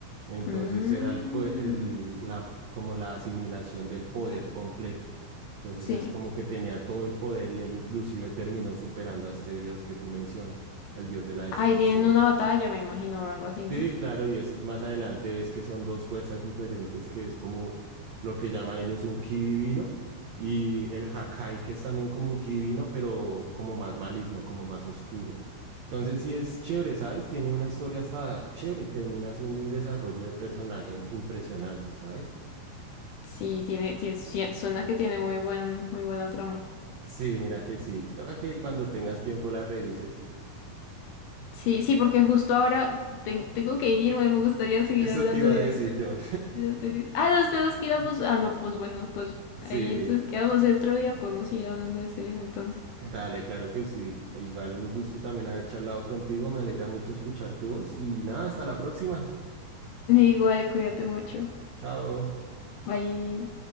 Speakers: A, on the right (about 85°); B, on the left (about 80°).
A: Entonces
B: Mm,
A: era el, po- el- la, como la asimilación del poder completo. Entonces
B: sí.
A: es como que tenía todo el poder y él inclusive terminó superando a este dios que tú mencionas, el dios de la destrucción.
B: Ahí tienen una batalla, me imagino, o algo así,
A: Sí,
B: ¿no?
A: claro, y eso es más adelante, ves que son dos fuerzas diferentes, que es como lo que llaman ellos un ki divino y el Hakai, que es también como un ki divino, pero como más maligno, como más oscuro. Entonces sí es chévere, ¿sabes? Tiene una historia hasta chévere, termina siendo un desarrollo de personaje impresionante, ¿sabes?
B: Sí, tiene, tiene- sie-
A: Sí,
B: suena que tiene muy buen, muy buena trama.
A: Sí, mira que sí. Toca que cuando tengas tiempo la revises.
B: Sí, sí, porque justo ahora ten- tengo que irme, me gustaría seguir
A: Eso
B: hablando
A: te iba
B: de,
A: a decir yo.
B: de las series. Ah, los dos quedamos.
A: <laughs>
B: Ah, no, pues bueno, pues
A: Sí.
B: ahí entonces quedamos. El otro día podemos seguir hablando de series entonces.
A: Dale, claro que sí. Igual un gusto también haber charlado contigo. Me alegra mucho escuchar tu voz y nada, hasta la próxima.
B: Igual, cuídate mucho.
A: Chao.
B: Bye.